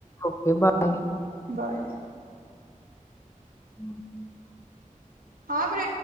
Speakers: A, on the left; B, on the right.
A: Okay, bye.
B: ਬਾਏ।
A: <inaudible>
B: ਹਾਂ। ਪ੍ਰ